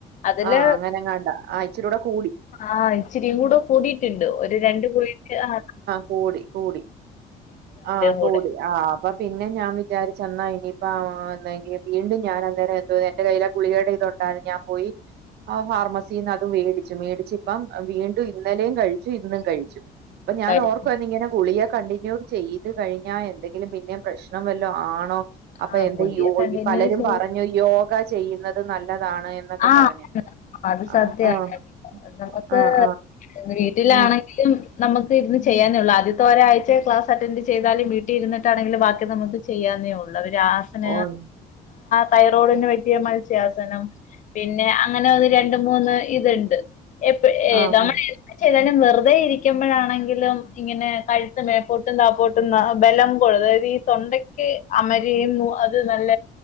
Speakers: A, on the left (about 50°); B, on the right (about 75°).
A: അതില്
B: ആഹ് അങ്ങനെങ്ങാണ്ട ഇച്ചരിടെ കൂടി
A: ആഹ് ഇച്ചിരി കൂടെ കൂടിയിട്ടുണ്ട് ഒരു രണ്ട പോയിന്റ ആഹ്
B: കൂ ടി കൂടി ആഹ് കൂ
A: കൂടെ.
B: ടി ആഹ് അപ്പൊ പിന്നെ ഞാൻ വിചാരിച്ചെന്നാ ഇനിയിപ്പ എന്തെങ്ക വീണ്ടും ഞാൻ അന്നേരം എന്റെ കയ്യിലെ ഗുളികടെ ഇതുണ്ടായിരുന്നു ഞാൻ പോയി ആഹ് ഫാർമസിന്ന് അത് മേടിച്ചു മേടിച് ഇപ്പം വീണ്ടും ഇന്നലെയും കഴിച്ചു ഇന്നും കഴിച്ചു അപ്പൊ ഞാ
A: കഴി-
B: ഓർക്കുവ ഇങ്ങന ഗുളിയെ കണ്ടി വല്ലതും ചെയ്ത് കഴിഞ്ഞാൽ എന്തെങ്കിലും പിന്നെയും പ്രശ്ന വല്ലോ ആ ണോ അപ്പൊ
A: ആ
B: എന്ത്
A: ഗുളിക കണ്ടിന്യൂ
B: പലരും
A: ചെയ്ത്
B: പറഞ്ഞു യോഗ ചെയ്യുന്നത് നല്ലതാണ് എന്ന്
A: ആ
B: പറഞ്ഞ്
A: അത് സത്യാണ്.
B: ആഹ് ആഹ്
A: നമുക്ക്
B: ആഹ്
A: വീട്ടിലാണെങ്കിലും
B: ആഹ്
A: നമുക്ക് ഇരുന്ന് ചെയ്യാനൊള്ളൂ ആദ്യത്തെ ഒരാഴ്ച ക്ലാസ് അറ്റാൻഡ് ചെയ്താലും വീട്ടിൽ ഇരുന്നിട്ടാണെങ്കിൽ ബാക്കി നമുക്ക് ചെയ്യന്നെ ഒ ള്ളൂ അവര് ആസന
B: ഓഹ്
A: തൈറോയ്ഡിന് വറ്റിയ മത്സ്യാസനം പിന്നെ അങ്ങനെ ഒന്ന് രണ്ട് മൂന്ന് ഇത്ണ്ട് എപ്പഏ
B: ആഹ്
A: നമ്മള
B: ആഹ്
A: ചെലർ വെറുതെ ഇരിക്കുമ്പോഴാണെങ്കിലും ഇങ്ങനെ കഴുത്ത് മേപ്പോട്ടും താപട്ടും ബലം കൊ അതായത് ഈ തൊണ്ടക്ക് അമരിയും അത് നല്ല